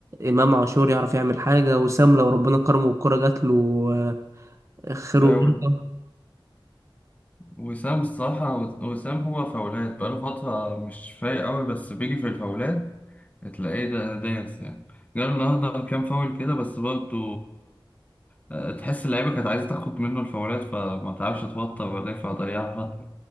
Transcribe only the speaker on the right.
إمام عاشور يعرف يعمل حاجة وسام لو ربنا كرمه والكرة جات له آه، خير
وبركة